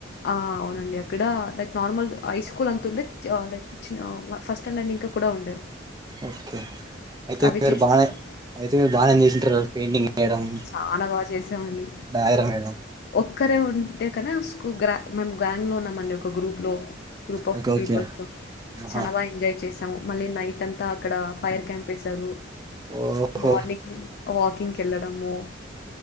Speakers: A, on the left (about 55°); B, on the right (about 20°).
A: ఆ అవునండి అక్కడ లైక్ నార్మల్ ఐస్కూల్ అంతుడే లైక్ చి ఫస్ట్ స్టాండర్డ్ ఇంకా కూడా ఉండే
B: ఓకే అయితే
A: అవి
B: మీరు
A: చేసినప్పుడు
B: బాగానే అయితే మీరు బానే చేసుంటారు పెయింటింగ్ వేయడం
A: చాలా బాగా చేసామండి
B: డయాగ్రం వేయడం
A: ఒక్కరే ఉంటే కానీ స్కు గ్రా మేము గ్యాంగ్లో ఉన్నామండి ఒక గ్రూప్లో గ్రూప్ ఆఫ్
B: ఓకే ఓకే
A: పిప్
B: ఆహా
A: చాలా బా ఎంజాయ్ చేసాము మళ్ళీ నైట్ అంత అంత అక్కడ ఫైర్ క్యాంప్ వేసారు
B: ఓహో
A: మార్నింగ్ వాకింగ్ కెల్ అమో